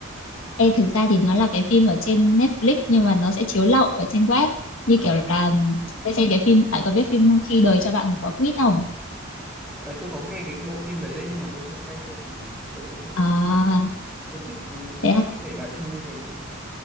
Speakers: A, on the left; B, in the centre.
A: Ê, thực ra thì nó là cái phim ở trên Netflix nhưng mà nó sẽ chiếu lậu ở trên web. Như
B: À,
A: kiểu là tôi xem cái phim, bạn có biết phim Khi đời cho bạn một quả quýt không?
B: à, tôi có nghe cái bộ phim đấy đấy nhưng mà tôi chưa xem bởi vì tôi cũng
A: À,
B: không thích ừ,
A: thế à?
B: cái thể loại phim như thế.